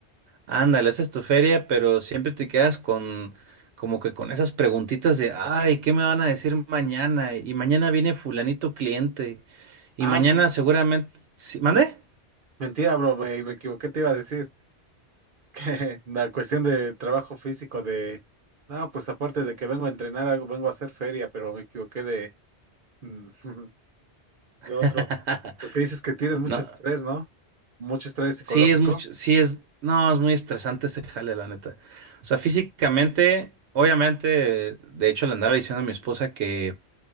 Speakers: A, on the right; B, on the right.
A: Ándale, esa es tu feria, pero siempre te quedas con como que con esas preguntitas de, ay, ¿qué me van a decir mañana? Y mañana viene fulanito cliente. Y
B: Ah,
A: mañana
B: m-
A: seguramente... ¿Sí? ¿Mande?
B: m- mentira, bro, me, me equivoqué, te iba a decir. <laughs> La cuestión de trabajo físico de, no, pues aparte de que vengo a entrenar algo, vengo a hacer feria, pero me equivoqué de, <laughs> de otro.
A: <laughs>
B: Porque dices que tienes mucho
A: No,
B: estrés, ¿no? Mucho estrés psicológico,
A: sí es mucho, sí es, no, es muy estresante ese jale, la neta. O sea, físicamente, obviamente, de hecho le andaba diciendo a mi esposa que,